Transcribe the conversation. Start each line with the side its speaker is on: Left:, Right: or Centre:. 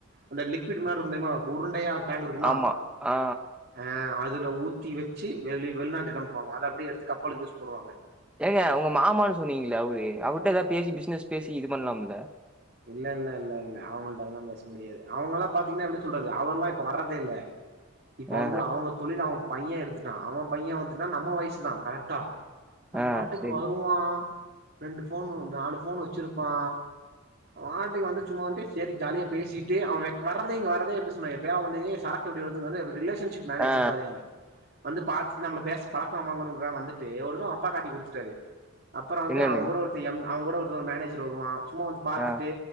Right: அந்த லிக்விட் மாரி இருக்கு தெரியுமா உருண்டையா டேங்க் இருக்குமா
Centre: ஆமா ஆ
Right: அ அது அதுல ஊத்தி வச்சு வெளி வெளிநாட்டுக்கு அனுப்புவாங்க அத அப்டியே எடுத்து கப்பலுக்கு யூஸ் பண்ணுவாங்க
Centre: ஏங்க உங்க மாமான்னு சொன்னீங்கள அவுரு அவுர்ட்டா ஏதாவுது பேசி பிசினஸ் பேசி இது பண்லாம்ல
Right: இல்ல இல்ல இல்ல இல்ல அவங்கள்டலா பேச முடியாது அவங்களா பாத்தீங்ன்னா எப்டி சொல்றது அவர்ல்லா இப்ப வர்றதே இல்ல இப்ப
Centre: ஆ
Right: வந்து அவங்க தொழில அவ பையே எடுத்துட்டா அவ பையே வந்துட்டா நம்ம வயசுதா கரட்டா அவன்
Centre: ஆ
Right: பாட்டுக்கு
Centre: சரி
Right: வருவா ரெண்டு ஃபோனு நாலு ஃபோன் வச்சிருப்பா வாட்டுக்கு வந்து சும்மா வந்துட்டு செரி ஜாலியா பேசிட்டு அவேக் அவே வர்றதே இங்க வரதே எப்பிடி சொன்னா எப்பயாவு வந்து சரக்கு எப்பிடி <unintelligible> ரிலேஷன்ஷிப் மேனேஜர்
Centre: ஆ
Right: மாரியவே வந்து பாத்துட்டு நம்ம பேச பலக்கம் வாங்கணுன்கா வந்துட்டு ஒரு தடவ அவுங்க அப்பா காட்டி குடுத்துட்டாரு அப்புறோ வந்து
Centre: என்னன்னு
Right: அவங் கூட ஒருத்த எம் அவங் கூட ஒருத்த ஒரு மேனேஜர் வருவா சும்மா வந்து பாத்துட்டு
Centre: ஆ